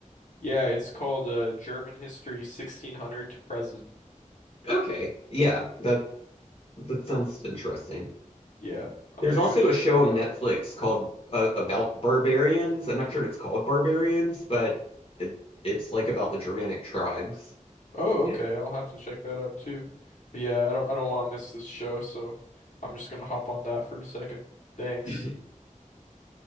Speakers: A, on the left; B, on the left.
A: Yeah, it's called uh, German History 1600 to Present.
B: Okay, yeah, that that sounds interesting.
A: Yeah, I'm
B: There's
A: gonna
B: also
A: go check
B: a show
A: that
B: on
A: out.
B: Netflix called uh, about barbarians. I'm not sure if it's called barbarians, but it it's like about the Germanic tribes.
A: Oh,
B: Yeah.
A: okay. I'll have to check that out too. But yeah, I don't I don't want to miss this show, so I'm just gonna hop on that for a second. Thanks.
B: <laughs>